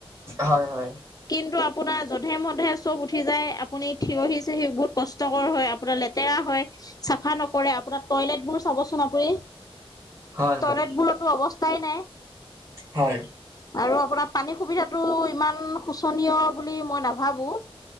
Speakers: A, on the right; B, on the left.
A: হয় হয়।
B: কিন্তু আপোনাৰ যধে-মধে চব উঠি যায়। আপুনি থিয়হি-চিয়হি বহুত কষ্ট ষ্টকৰ হয়। আপোনাৰ লেতেৰা হয়, চাফা নকৰে। আপোনাৰ টয়লেট বোৰ চাবচোন আপুনি।
A: হয়
B: টয়লেটবোৰৰ
A: হয়।
B: টো অৱস্থাই নাই।
A: হয়
B: আৰু আপোনাৰ পানীৰ সুবিধাটো ইমান শোচনীয় বুলি মই নাভাবো।